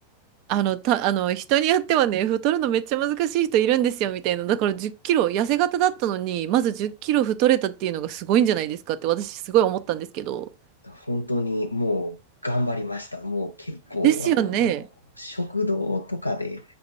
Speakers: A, on the right (about 45°); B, on the left (about 85°).
A: あの、た、あの、人によってはね、太るのめっちゃ難しい人いるんですよみたいな。だから10キロ、痩せ型だったのに、まず10キロ太れたっていうのがすごいんじゃないですかって私すごい思ったんですけど。
B: 本当にもう頑張りました。もう結構、
A: ですよね。
B: あの、食堂とかで